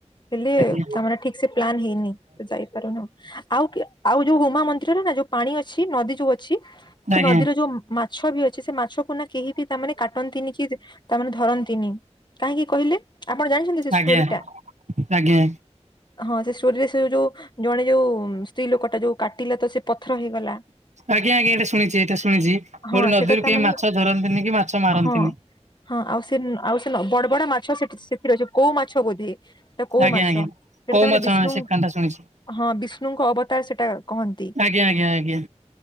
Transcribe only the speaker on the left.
ହେଲେ
ତାମର ଠିକ ସେ ପ୍ଲାନ ହେଇନି ତ ଯାଇପାରୁନ ଆଉ କି ଆଉ ଯୋଉ ହୁମା ମନ୍ଦିରରେ ନା ଯୋଉ ପାଣି ଅଛି ନଦୀ ଯୋଉ ଅଛି ସେ
ନଦୀର ଯୋଉ ମ୍ ମାଛ ବି ଅଛି ସେ ମାଛକୁ ନା କେହି ବି ତାମାନେ କାଟନ୍ତିନି କି ତାମାନେ ଧରନ୍ତିନି। କାହିଁକି କହିଲେ ଆପଣ ଜାଣିଚନ୍ତି ସେ ଷ୍ଟୋରିଟା।
ହଁ ସେ ଷ୍ଟୋରିରେ ସେ ଯୋଉ ଜଣେ ଯୋଉ ସ୍ତ୍ରୀ ଲୋକଟା ଯୋଉ କାଟିଲା ତ ସେ ପଥର ହେଇଗଲା।
ହଁ
ସେଟା ତା
ମାନେ
ହଁ ହଁ ଆଉ ସେ ଆଉ ସେ ବଡ ବଡ ମାଛ ସେଠି ସେଥିରେ ଅଛି କୋଉ ମାଛ ବୋଧେ। ସେଟା କୋଉ
ମାଛ
ସେଟା
ତାମାନେ
ବିଷ୍ଣୁ
ହଁ ବିଷ୍ଣୁଙ୍କ ଅବତାର ସେଟା କହନ୍ତି।